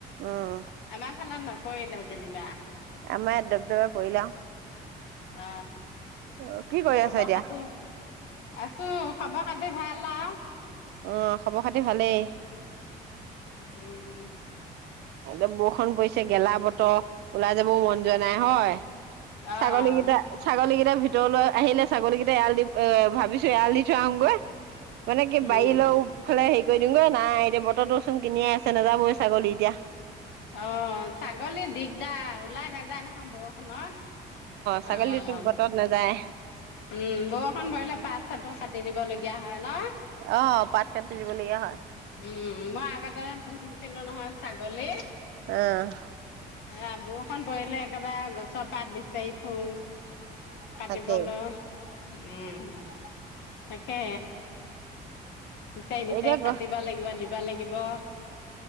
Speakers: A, on the right; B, on the left.
A: উম
B: আমাৰ খানান ন পৰিলে যেনিবা
A: আম এয়াত ডব ডবে পৰিলং
B: অ
A: অ কি কৰি
B: খবৰ
A: আছা এতিয়া?
B: খাতি আছো খব খাতি ভাল আও?
A: আহ খবৰ খাতি ভালেই।
B: উম
A: এ বৰষুণ পৰিছে গেলা বতৰ, ওলাই যাবও মন যোৱা নাই হয়
B: আহ
A: ছাগলী গেইটা
B: ভ
A: ছাগলীকেইটা ভিত ভিতৰলৈ আহিলে ছাগলীকেইটা এৰাল দি ভাবিছো এৰাল দি থৈ আহোগৈ মানে কি
B: উম
A: বাৰিলৈ ফালে গৈ দিউংগৈ নাই এতিয়া বতৰটোচোন কিনি ছে নেযাবই ছাগলী এতিয়া
B: অ ছাগলী দিগদাৰ ওলাই নাযায় নহ'ব হল <unintelligible> অ
A: ছাগলীতো
B: উম
A: বতৰত নাযায়
B: বৰষণ ভৰিলে পাচ চাঠো কাটি দিব লাগিব দিয়া হয় ন
A: অ পাত কাটি দিবলগীয়া হয়
B: উম মই আগতে পুহিছিলো নহয় ছাগলী
A: অ
B: হে বৰষণ পৰিলে একেবাৰে গছৰ পাত বিচাৰি ফোং কাটিবলৈ
A: তাকে
B: উম। তাকে বিচাৰি বিচাৰি
A: এতিয়া গ
B: কাটিব লাগিব দিব। লাগিব।